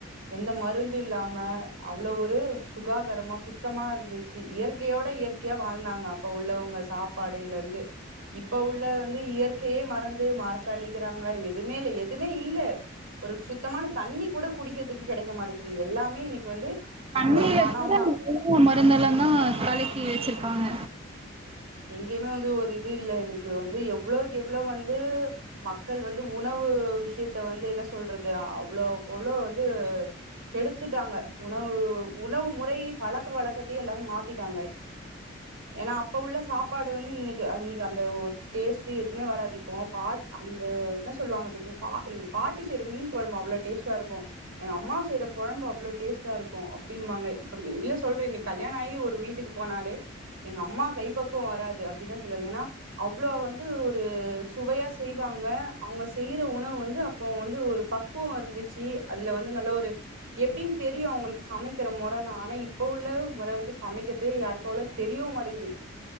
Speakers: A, on the right; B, on the right.
A: எந்த மருந்து இல்லாம அவ்ளோ ஒரு சுகாதாரமா சுத்தமா இருந்துச் இயற்கையோட இயற்கையா வாழ்ந்தாங்க இப்ப உள்ளவங்க சாப்பாடுலந்து இப்ப உள்ள வந்து இயற் கைய மறந்து மாரத்த அழிகுறாங்க எதுமே இல்ல எதுமே இல்ல ஒரு சுத்தமான தண்ணி கூட குடிக்கெதுக்கு கெடக்க மாட்டிக்குது எல்லாமே இன்னக்கி வந்து
B: தண்ணில
A: பணோந்தா
B: கூட எவ்ளோவோ மருந்தெல்லா தா கலக்கி வச்சிருக்காங்க
A: எங்கேமே வந்து ஒரு இது இல்ல இன்னக்கி வந்து எவ்ளோக்கு எவ்ளோ வந்து மக்கள் வந்து உணவு விஷயத்த வந்து என்ன சொல்றது அவ்ளோக்கு அவ்ளோ வந்து கெடுத்துட்டாங்க உணவு உணவு முறை பழக்க வழக்கத்தையே எல்லாரு மாத்திட்டாங்க ஏனா அப்ப உள்ள சாப்பாடு வந்து இன்னக்கி இன்னக்கி அந்த ஒரு டேஸ்ட்டு எதுமே வராது இப்போ பாட் அந்த என்ன சொல்வாங்க தெரிமா பா எங் பாட்டி செய்ற மீன் கொழம்பு அவ்ளோ டேஸ்ட்டா இருக்கு எங்க அம்மா செய்யற கொழம்பு அவ்ளோ டேஸ்டா இருக்கு அப்டிம்பாங்க இப்ப இல்ல சொல்ற இன் கல்யாணோ ஆயி ஒரு வீட்டுக்கு போனாலே எங்க அம்மா கைப்பக்குவோ வராது அப்டிதா சொல்லுவாய்ங்க ஏனா அவ்ளோ வந்து ஒரு சுவையா செய்வாங்க அவுங்க செய்ற உணவு வந்து அப்போ வந்து ஒரு ப க்குவோ இருந்துச்சு அதுல வந்து நல்ல ஒரு எப்டின் தெரியு அவுங்ளுக்கு சமக்கிற மொறல்லா ஆனா இப்ப உள்ள மொற வந்து சமைக்கது யாருக்கவ்ளோ தெரியவு மாட்டகுது